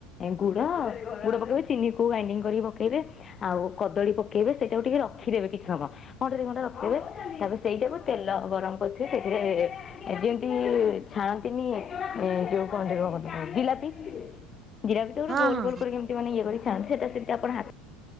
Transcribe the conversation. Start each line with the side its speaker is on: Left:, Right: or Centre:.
Left: ଗୁଡ ଗୁଡ ପକେଇବେ ଚିନି କୁ ଗାଇଡିଙ୍ଗ କରିକି ପକେଇବେ। ଆଉ କଦଳୀ ପକେଇବେ ସେଇଟାକୁ ଟିକେ ରଖିଦେବେ କିଛି ସମୟ। ଘଣ୍ଟେ ଦି ଘଣ୍ଟା ରଖିଦେବେ ତାପରେ ସେଇଟାକୁ ତେଲ ଗରମ କରଥିବେ ସେ ଏ ଯେମିତି ଛାଣନ୍ତିନି ଯୋଉ କଣ କହନ୍ତି କେଉ କଣ ଜିଲାପି।
Right: <inaudible>
Left: ଜିରା ଭିତ
Right: ହଁ
Left: ଗୋଲ
Right: ହଁ।
Left: ଗୋଲ କରି କେମତି ମାନେ ଇଏ କରି ଖାନ୍ତି ସେଟା ସେମତି ଆପଣ